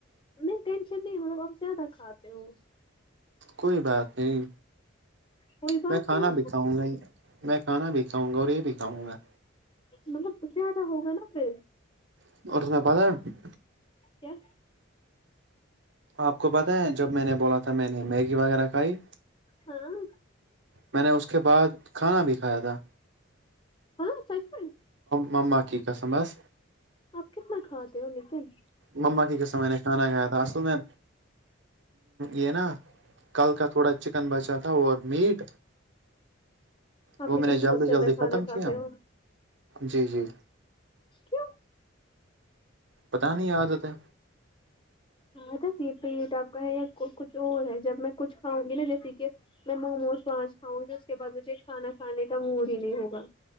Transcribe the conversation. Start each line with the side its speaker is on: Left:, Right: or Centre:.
Left: نہیں ٹینشن نہیں مطلب آپ زیادہ کھاتے ہو
Right: کوئی بات نہیں
Left: کوئی بات
Right: میں کھانا
Left: نہیں مطلب
Right: بھی کھاو گا یے میں کھا بھی کھاؤ گا اور یے بھی کاؤں گا
Left: مطلب کچھ زیادہ ہوگا نا پھر
Right: <unintelligible>
Left: کیا
Right: آپ کو پتائیں جب میں نے بولا تھا میں نے میگی وغیرہ کھائی
Left: ہاں
Right: میں نے اس کے بعد کھانا بھی کھایا تھا
Left: ہاں سچ میں
Right: مما کی قسم بس
Left: آپ کتنا کھاتے ہو لیکن
Right: مما کی قسم میں نے کھانا کھایا تھا اصل میں یے نا کل کا تھوڑا چکن بچا تھا اور میٹ
Left: آپ
Right: وہ
Left: لیکن
Right: میں نے
Left: بہت
Right: جلدی
Left: زیادہ
Right: جلدی
Left: کھانا
Right: ختم
Left: کھاتے
Right: کیا
Left: ہو
Right: جی جی
Left: کیوں
Right: پتہ نہیں عادت ہے
Left: ہاں پیٹ آپ کا ہے یا کچھ اور ہے جب میں کچھ کھاؤں گی نا جیسے کہ میں موموز سان <unintelligible> کھاؤں گی اس کے بعد مجھے کھانا کھانے کا موڈ ہی نہیں ہوگا